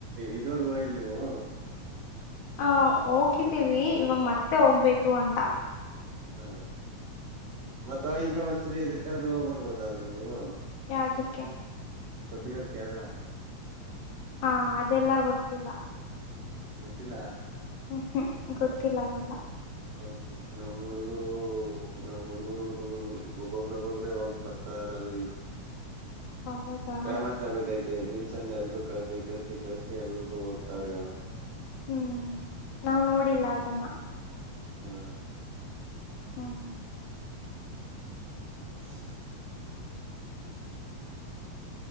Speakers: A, on the right (about 60°); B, on the left (about 85°).
A: ಇದುವರ್ಗೋಯಿಲ್ ನೀವು
B: ಹ ಹೋಗಿದ್ದೀವಿ ಇವಾಗ ಮತ್ತೆ ಹೋಗ್ಬೇಕು ಅಂತ
A: ಹಾ ಮತ್ತ ಇದ್ರೆ ಒಂದ್ಸರಿ ಇದಕ್ಕೆ ರೂ ಬರ್ಬೋದಲ್ ನೀವು
B: ರಾಜಕ್ಕೆ
A: ಕೊಟಿಯೂರು ಕೇರಳ
B: ಹಾ ಅದೆಲ್ಲ ಗೊತ್ತಿಲ್ಲ
A: ಗೊತ್ತಿಲ್ಲ
B: ಹ್ಮ್ ಹ್ಮ್ ಗೊತ್ತಿಲ್ಲ ಅವೆಲ್ಲ
A: ಹ ನಮ್ಮ್ ಹುಡುಗರು ನಮ್ಮ್ ಹುಡುಗರು ಹುಡುಗರು ಒಬ್ಬೊಬ್ರ ಒಬ್ಬೊಬ್ರೇ ಹಕ್ ಬರ್ತ ಅವ್ರಲ್ಲಿ
B: ಹೌದಾ
A: ಫೇಮಸ್ ಆಗ್ಬಿಟ್ಟೈತೆ ನಿಲ್ ಮಸಲ್ಲಿ ಎಲ್ರುೂ ಕಲ್ಸಿ ಕಲ್ಸಿ ಕಲ್ಸಿ ಎಲ್ರು ಹೋಗ್ತಾರ ಇವಾಗ
B: ಹ್ಮ್, ನಾವ್ ನೋಡಿಲ್ಲ, ಅದನ್ನ. <inaudible>
A: ಹಾ.. <inaudible>
B: ಹ್ಮ.. <inaudible>
A: <inaudible> <unintelligible>